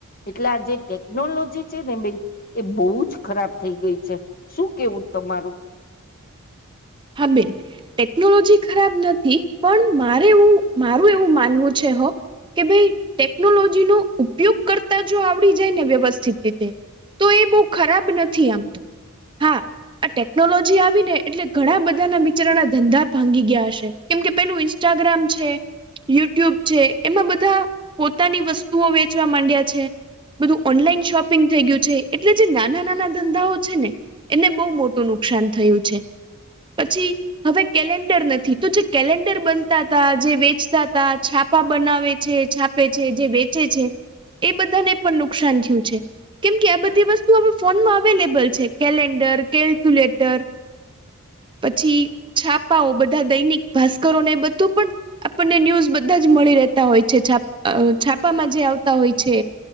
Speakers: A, on the left; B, on the right.
A: એટલે આ જે ટેકનોલોજી છે, ને બહેન એ બહુ જ ખરાબ થઈ ગઈ છે શું કેવું તમારું
B: બિન ટેકનોલોજી ખરાબ નથી, પણ મારે એવું મારું એવું માનવું છે હો કે ભાઈ, ટેકનોલોજી નો ઉપયોગ કરતા જો આવડી જાય ને વ્યવસ્થિત રીતે તો એ બહુ ખરાબ નથી, આમતો હા આ ટેકનોલોજી આવી ને એટલે ઘણા બધા ના વિિચારના ધંધા ભાંગી ગયા હશે કેમ કે પેલું ઇન્સ્ટાગ્રામ છે યુટ્યુબ છે, એમાં બધા પોતાની વસ્તુઓ વેચવા માંડ્યા છે. બધું ઓનલાઈન શોપિંગ થઈ ગયું છે, એટલે જે નાના નાના ધંધાઓ છે ને એને બહુ મોટું ન નુકસાન થયું છે
A: <unintelligible>
B: પછી હવે કેલેન્ડર નથી, તો જે કેલેન્ડર બનતા ત જે વેચતા હતા, છાપા બ બનાવે છે છાપે છે, જે વેચે છે, એ બધાને પણ નુકસાન થયું છે કેમ કે આ બધી વસ્તુ આપ ફોનમાં અવેલેબલ છે કેલેન્ડર કેલ્ક્યુલેટર
A: <unintelligible>
B: પછી છાપાઓ બધા દૈનિક ભાસ્કરોને બધું પણ આપણને ન્યૂઝ બધા જ મળી દેતા હોય છે, છા છાપામાં જે આવતા હોય છે